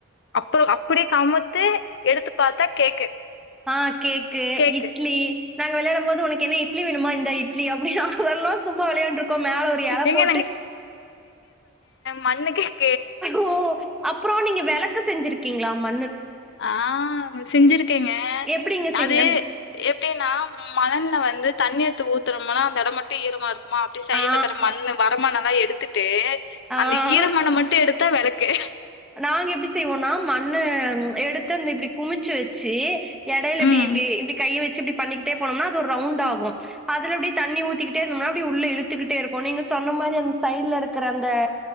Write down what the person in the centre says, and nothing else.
ஆ கேக்கு
இட்லி நாங்க வெளயாடம் போது உனக்கு என்ன இட்லி வேணுமா இந்தா இட்லி அதெல்லா சும்மா வெளையாண்டு இருக்கோ மேல ஒரு எல
போட்டு
ஓ அப்புறோ நீங்க வேற வெளக்கு செஞ்சிருக்கீங்களா ம
எப்படிங்க செஞ்
அந்
ஆ,
ஆ.
நாங்க எப்பிடி செய்வோம்னா மண் ண்ணு எடுத்து அந்த இப்புடி குமிச்சு வச் ச்சி எடையில இப்டி
இப்டி இப்டி கைய வச் சி இப்டி பண்ணிக்கிட்டே போனோம்னா அது ஒரு ரவுண்டாகும் அதுல அப்டி தண்ணி ஊத்திக்கிட்டே இருந்ததோம்னா உள்ள இழுத்துகிட்டே இருக்கும் நீங்க சொன்ன மாரி அந்த சைடுல இருக்க அந்த